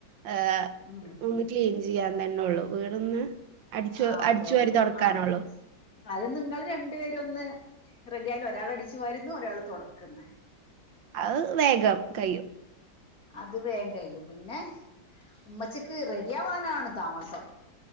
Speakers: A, on the right; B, on the left.
A: ഹ
B: ഉം
A: ഒന്ന് ക്ലീൻ ചെയ്യാൻ തന്നെ ഉള്ളു വീടൊന്ന് അടിച്ചു
B: ആ അതേള്ളൂ
A: അടിച്ചു വാരി തുടക്കാനൊള്ളു
B: ആ അത് നിങ്ങള് രണ്ടു പേര ഒന്ന് റെഡി ആയാല് ഒരാൾ അടിച്ചു വാരുന്ന് ഒരാൾ തൊടക്കുന്നു
A: അത് വേഗം കയും
B: അത് വേഗം കയും പിന്നെ ഉമ്മച്ചക്ക് റെഡി ആവാനാണ് താമസം